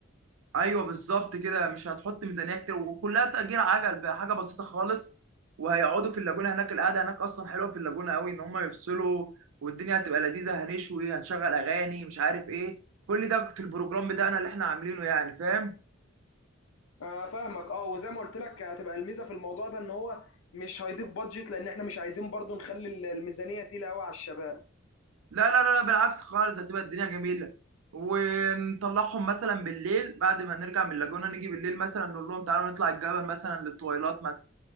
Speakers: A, on the right; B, on the left.
A: ايوه بالظبط كده مش هتحط ميزانيه كتير وكلها تأجير عجل بقى حاجه بسيطه خالص وهيقعدوا في اللاجونه هناك القعده هناك اصلا حلوه في اللاجونه قوي ان هم يفصلوا والدنيا هتبقى لذيذه هنشوي هنشغل اغاني مش عارف ايه كل ده في البروجرام بتاعنا اللي احنا عاملينه يعني فاهم
B: آه فاهمك اه وزي ما قلت لك هتبقى الميزه في الموضوع ده ان هو مش هيضيف بادجت لان احنا مش عايزين برضو نخلي الميزانيه تقيله قوي على الشباب
A: لا لا لا لا، بالعكس خالص هتبقى الدنيا جميله ونطلعهم مثلا بالليل بعد ما نرجع من اللاجونه نيجي بالليل مثلا نقول لهم تعالوا نطلع الجبل مثلا للطويلات مثلا